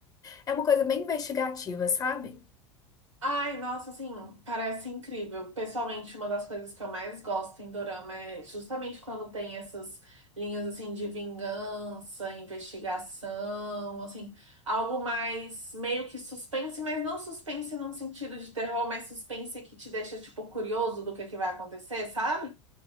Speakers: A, on the left; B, on the right.
A: É uma coisa bem investigativa, sabe?
B: Ai, nossa, assim, parece incrível. Pessoalmente, uma das coisas que eu mais gosto em dorama é justamente quando tem essas linhas assim de vingança, investigação, assim, algo mais meio que suspense, mas não suspense num sentido de terror, mas suspense que te deixa tipo curioso do que que vai acontecer, sabe?